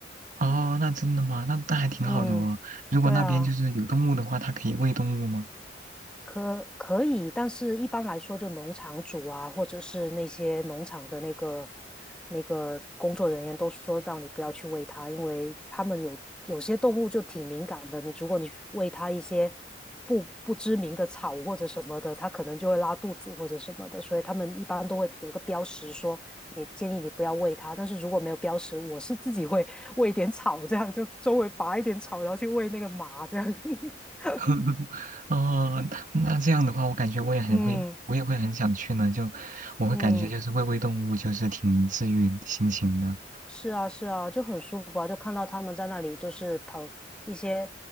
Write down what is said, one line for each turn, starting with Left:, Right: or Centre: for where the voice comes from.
Right: 哦，那真的吗？那那还挺好的哦。
Centre: 嗯，
Right: 如果那边就是有动物的话，
Centre: 对啊，
Right: 它可以喂动物吗？
Centre: 可可以，但是一般来说，就农场主啊，或者是那些农场的那个那个工作人员都说让你不要去喂它，因为他们有有些动物就挺敏感的，你如果你喂它一些不不知名的草或者什么的，它可能就会拉肚子或者什么的，所以他们一般都会有一个标识说，也建议你不要喂它。但是如果没有标识，我是自己会 <laughs> 喂一点草，这样就周围拔一点草，然后去喂那个马，这样。<laughs>
Right: <laughs> 哦，那这样的话，我感觉我也很会，
Centre: 嗯
Right: 我也会很想去呢。就我会感觉就是喂喂动物，
Centre: 嗯。
Right: 就是挺治愈心情的。
Centre: 是啊，是啊，就很舒服啊，就看到他们在那里就是跑一些，